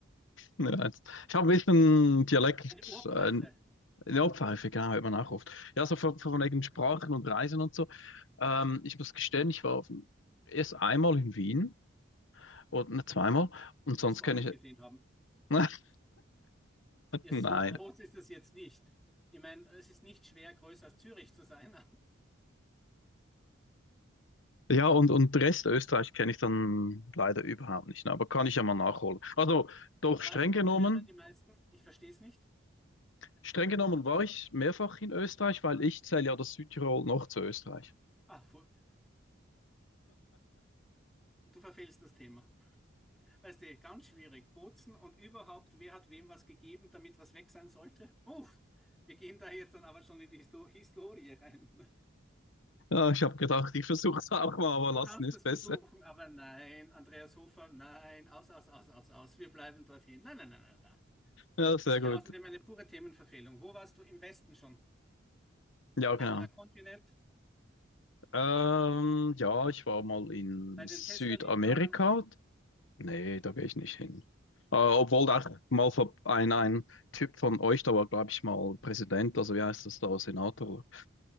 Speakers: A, on the left; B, in the centre.
A: Ja, jetzt. Ich habe ein bisschen Dialekt,
B: Eine Ohrpfeife.
A: äh, Ja, Pfeife, genau, hört man auch oft. Ja, so von, von wegen Sprachen und Reisen und so. Ähm, ich muss gestehen, ich war auf, erst einmal in Wien und ne, zweimal und
B: wirst
A: sonst
B: du
A: kenne
B: alles gesehen haben.
A: ich. <laughs>
B: Ja,
A: Nein.
B: so groß ist es jetzt nicht. Ich meine, es ist nicht schwer, größer als Zürich zu sein.
A: Ja, und, und Rest Österreich kenne ich dann leider überhaupt nicht, ne, aber kann ich ja mal nachholen. Also,
B: <laughs>
A: doch streng
B: Salzburg
A: genommen,
B: schwärmen die meisten. Ich verstehe es nicht.
A: streng genommen war ich mehrfach in Österreich, weil ich zähle ja das Südtirol noch zu Österreich.
B: Ah, fu- du verfehlst das Thema. Weißt du, ganz schwierig. Bozen und überhaupt, wer hat wem was gegeben, damit was weg sein sollte? Uff, wir gehen da jetzt dann aber schon in die Histo Historie rein.
A: Ja, ich habe gedacht, ich versuche es auch mal, aber
B: Du
A: lassen
B: kannst
A: ist
B: es
A: besser.
B: versuchen, aber nein, Andreas Hofer, nein, aus, aus, aus, aus, aus. Wir bleiben dorthin. Nein, nein, nein, nein, nein.
A: Ja, sehr
B: Das
A: gut.
B: wäre außerdem eine pure Themenverfehlung. Wo warst du im Westen schon?
A: Ja, genau.
B: anderer Kontinent,
A: Ähm, ja, ich war mal in
B: bei
A: Südamerika.
B: den Tesla-Liebhabern.
A: Nee, da gehe ich nicht hin. Äh, obwohl da mal vor- ein, ein Typ von euch, da war, glaube ich, mal Präsident, also wie heißt das da, Senator